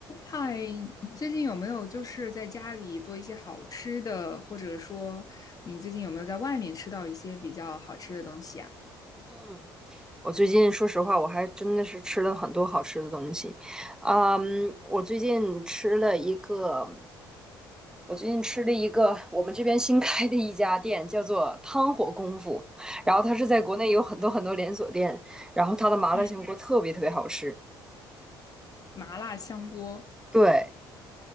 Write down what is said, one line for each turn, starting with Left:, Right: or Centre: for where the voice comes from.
Left: 嗨，你最近有没有就是在家里做一些好吃的，或者说你最近有没有在外面吃到一些比较好吃的东西啊？
Centre: 嗯，我最近说实话，我还真的是吃了很多好吃的东西。嗯，我最近吃了一个，我最近吃了一个我们这边新开的一家店，叫做汤火功夫。然后它是在国内有很多很多连锁店，然后它的麻辣香锅特别特别好吃。
Left: 嗯，麻辣香锅，
Centre: 对，